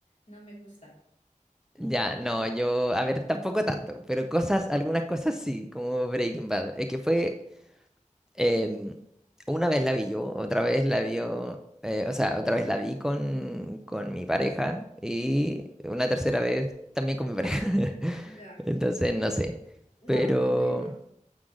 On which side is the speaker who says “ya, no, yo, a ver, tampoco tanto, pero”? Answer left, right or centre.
Centre